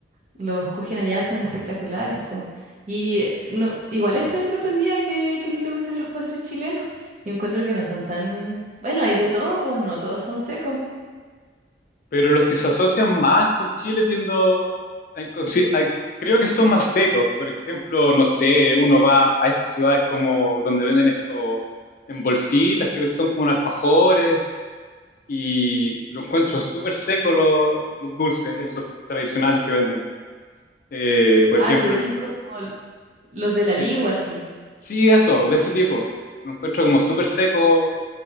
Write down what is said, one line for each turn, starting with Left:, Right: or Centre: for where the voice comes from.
Right: los kujen allá son espectaculares, po. Y eh, no, igual estoy sorprendida que, que no te gusten los postres chilenos. Yo encuentro que no son tan, bueno, hay de todo, pues no todos son secos.
Left: Pero los que se asocian más con Chile tiendo a, inconsi- a- creo que son más secos. Por ejemplo, no sé, uno va a estas ciudades como donde venden esto en bolsitas, que son como un alfajores y lo encuentro súper seco los, los dulces, esos tradicionales que venden. Eh, por
Right: Ah,
Left: ejemplo,
Right: tú decís
Left: el-
Right: como Los de la
Left: sí,
Right: ligua, sí.
Left: sí, eso, de ese tipo. Lo encuentro como súper seco,